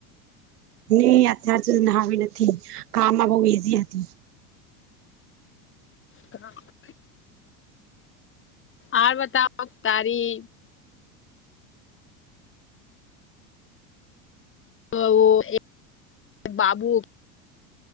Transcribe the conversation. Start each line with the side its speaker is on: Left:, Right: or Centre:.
Right: નહી અત્યાર સુધી ના આવી નથી કામમાં બહ ઈઝી હતી.
Left: હ. હ બતાવ તારી. <inaudible> બાબુ